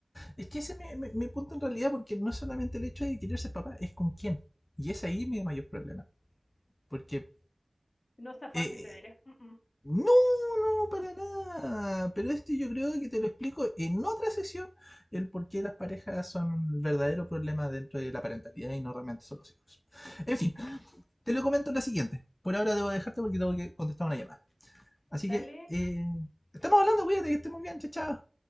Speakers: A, on the left; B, on the left.
A: Es que ese es mi, mi- mi punto en realidad, porque no es solamente el hecho de querer ser papá, es con quién. Y es ahí mi mayor problema. Porque.
B: No está fácil,
A: eh,
B: te diré. "Mm, mm,
A: no, no, para nada. Pero esto yo creo que te lo explico en otra sesión, el por qué las parejas son un verdadero problema dentro de la parentalidad y no realmente son los hijos. En fin, te lo comento en la siguiente. Por ahora debo dejarte porque tengo que contestar una llamada. Así
B: Dale,
A: que, eh, estamos hablando, cuídate, que estés muy bien, chao, chao.